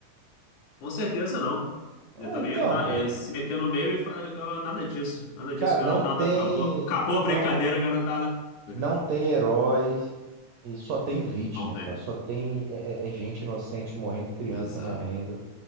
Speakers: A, on the left (about 75°); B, on the right (about 80°).
A: <laughs> Com certeza não.
B: Ah,
A: Eu também
B: então,
A: ia entrar,
B: cara.
A: eu ia se meter no meio e falar nada disso, nada disso,
B: Cara,
A: garotada.
B: não tem,
A: Acabou, acabou
B: não,
A: a brincadeira, garotada. <laughs>
B: não tem heróis e só tem vítima,
A: Não tem.
B: cara. Só tem é, é- é gente inocente morrendo, criança
A: Exato.
B: morrendo.